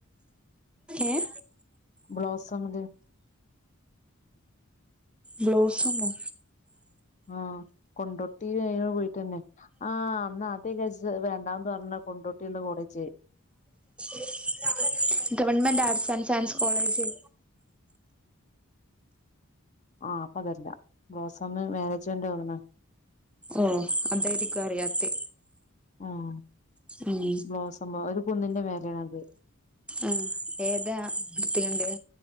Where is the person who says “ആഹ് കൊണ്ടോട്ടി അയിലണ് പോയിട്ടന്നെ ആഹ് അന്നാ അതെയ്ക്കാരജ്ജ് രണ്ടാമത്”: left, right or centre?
Left